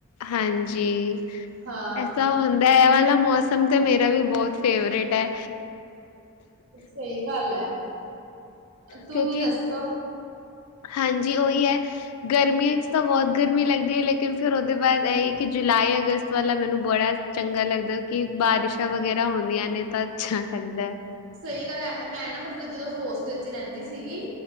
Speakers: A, on the left; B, on the right.
A: ਹਾਂਜੀ,
B: ਹਾਂ
A: ਐਸਾ ਹੁੰਦਾ ਐ ਵਾਲਾ ਮੌਸਮ ਤੇ ਮੇਰਾ ਮੇਰਾ ਵੀ ਬਹੁਤ ਫੇਵਰੇਟ ਐ।
B: ਸਹੀ ਗੱਲ ਐ। ਤੁੂੰਸੀ
A: ਕਿਉਂਕਿ
B: ਦੱਸੋ?
A: ਹਾਂਜੀ ਉਹੀ ਐ, ਗਰਮੀਆਂ ਤਾਂ ਬਹੁਤ ਗਰਮੀ ਲੱਗਦੀ ਐ, ਲੇਕਿਨ ਫਿਰ ਉਹਦੇ ਬਾਅਦ ਇਹ ਕਿ ਜੁਲਾਈ ਅਗਸਤ ਵਾਲਾ ਮੈਨੂੰ ਬੜਾ ਚੰਗਾ ਲੱਗਦਾ ਕਿ ਬਾਰਿਸ਼ਾਂ ਵਗੈਰਾ ਹੁੰਦੀਆਂ ਨੇ ਤਾਂ ਅੱਛਾ ਲੱਗਦਾ ਐ।
B: ਸਹੀ ਗੱਲ ਐ, ਮੈਂ ਨਾ ਮਤਲਬ ਜਦੋਂ ਹੋਸਟਲ ਚ ਰਹਿੰਦੀ ਸੀਗੀ